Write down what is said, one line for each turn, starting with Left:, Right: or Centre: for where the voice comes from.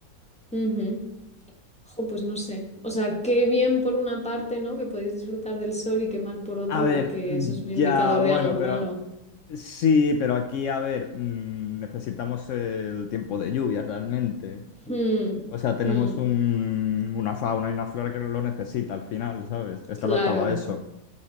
Centre: ujú. Jo, pues no sé. O sea, qué bien por una parte, ¿no? Que podéis disfrutar del sol y qué mal por otra,
Left: A ver,
Centre: porque eso es un indicador
Left: ya, bueno,
Centre: de algo
Left: pero
Centre: malo.
Left: sí, pero aquí, a ver, mm, necesitamos el tiempo de lluvia realmente.
Centre: Hmm,
Left: O sea, tenemos
Centre: hmm.
Left: un- una fauna y una flora que lo necesita al final, ¿sabes? Está
Centre: Claro.
Left: adaptado a eso